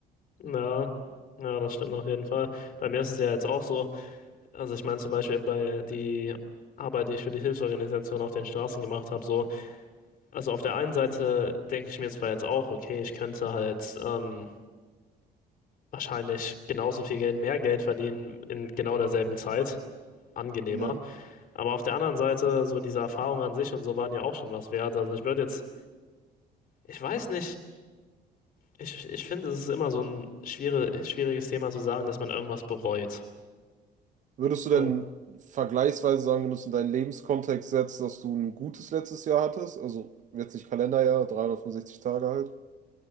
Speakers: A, on the left; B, on the right.
A: Ja, ja, das stimmt auf jeden Fall. Bei mir ist es ja jetzt auch so. Also ich meine zum Beispiel bei die Arbeit, die ich für die Hilfsorganisation auf den Straßen gemacht habe, so. Also auf der einen Seite denke ich mir zwar jetzt auch, okay, ich könnte halt ähm, wahrscheinlich genauso viel Geld, mehr Geld verdienen in genau derselben Zeit. Angenehmer.
B: Ja.
A: Aber auf der anderen Seite, so diese Erfahrungen an sich und so waren ja auch schon was wert. Also ich würde jetzt, ich weiß nicht, ich, ich finde, es ist immer so ein schwierig, schwieriges Thema zu sagen, dass man irgendwas bereut.
B: Würdest du denn
A: Weil,
B: vergleichsweise sagen, wenn du es in deinen Lebenskontext setzt, dass du ein gutes letztes Jahr hattest? Also jetzt nicht Kalenderjahr, 365 Tage halt.